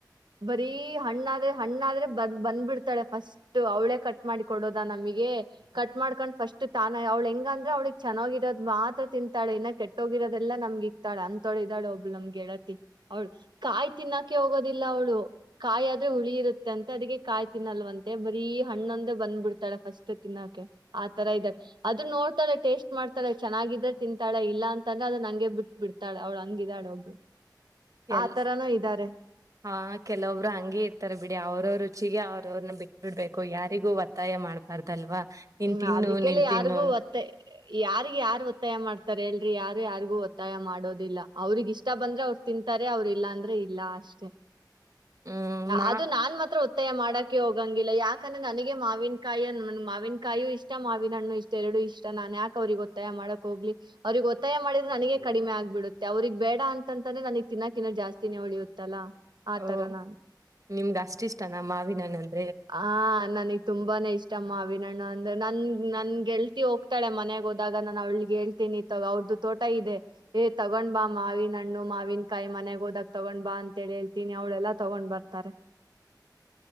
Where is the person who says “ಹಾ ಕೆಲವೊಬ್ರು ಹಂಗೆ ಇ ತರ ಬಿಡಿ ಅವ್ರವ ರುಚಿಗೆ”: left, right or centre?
Right